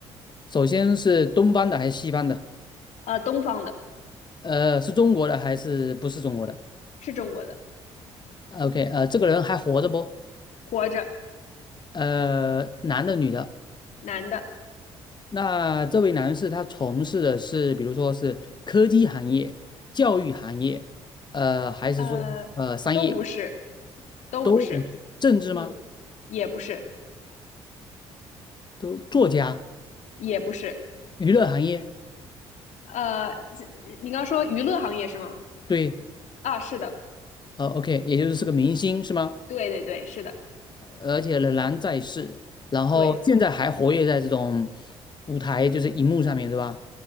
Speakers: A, on the left (about 35°); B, on the left (about 65°).
A: 首先是东方的还是西方的？
B: 呃，东方的，
A: 呃，是中国的还是不是中国的
B: 是中国的，
A: ？OK，呃，这个人还活着不？
B: 活着，
A: 呃，男的女的？
B: 男的，
A: 那这位男士他从事的是，比如说是科技行业、教育行业，呃，还是说呃商业
B: 呃，都不是，都不是，
A: 都不是？政治吗？
B: 嗯，也不是，
A: 都作家、
B: 也不是，
A: 娱乐行业？
B: 呃，你你刚说娱乐行业是吗？
A: 对，
B: 啊，是的，
A: 呃，OK，也就是是个明星是吗？
B: 对对对，是的，
A: 而且仍然在世，然后现在还活跃在这种
B: 对，
A: 舞台，就是荧幕上面，对吧